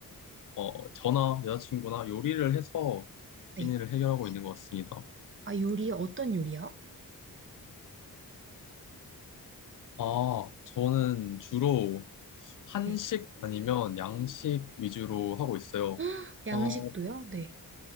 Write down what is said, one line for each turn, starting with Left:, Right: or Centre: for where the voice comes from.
Left: 어, 저나 여자친구나 요리를 해서
Right: 네.
Left: 끼니를 해결하고 있는 것 같습니다.
Right: 아, 요리, 어떤 요리요?
Left: 아, 저는 주로 한식
Right: 네.
Left: 아니면 양식 위주로 하고 있어요.
Right: <gasps> 양식도요?
Left: 어,
Right: 네.